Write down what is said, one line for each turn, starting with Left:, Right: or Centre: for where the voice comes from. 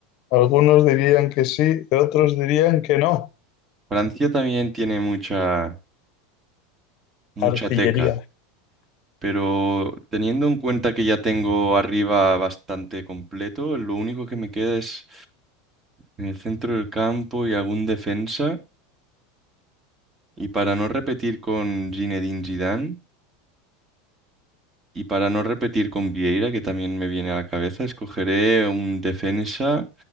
Left: Algunos dirían que sí, otros dirían que no.
Right: Francia también tiene mucha, mucha
Left: Artillería.
Right: teca. Pero teniendo en cuenta que ya tengo arriba bastante completo, lo único que me queda es en el centro del campo y algún defensa. Y para no repetir con Zinedine Zidane y para no repetir con Vieira, que también me viene a la cabeza, escogeré un defensa